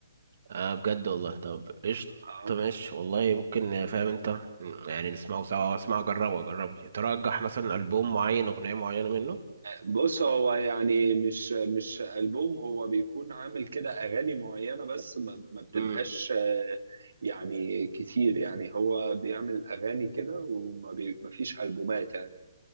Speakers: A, on the right; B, on the right.
A: آه بجد والله طب قشطة
B: آه.
A: ماشي والله ممكن فاهم انت يعني نسمعه سوا أو اسمعه جربه جربه ترجح مثلا ألبوم معين أغنية معينة منه
B: بص هو يعني مش مش ألبوم هو بيكون عامل كده أغاني معينة بس ما, ما بتبقاش
A: امم
B: آه، يعني كتير يعني هو بيعمل أغاني كده وما بي ما فيش ألبومات يعني